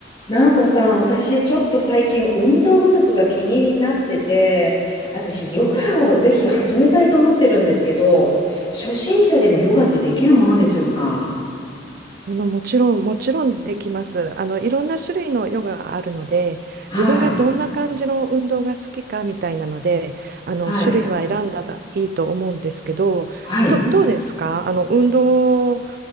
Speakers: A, on the left; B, on the right.
A: なおこさん、私ちょっと最近運動不足が気になってて、私ヨガをぜひ始めたいと思ってるんですけど、初心者でもヨガってできるものでしょうか
B: まあの、もちろん、もちろんできます。あの、いろんな種類のヨガがあるので、
A: はい。
B: 自分がどんな感じの運動が好きかみたいなので、あの、
A: はい。
B: 種類は選んだらいいと思うんですけど、
A: はい。
B: ど、どうですかあの、運動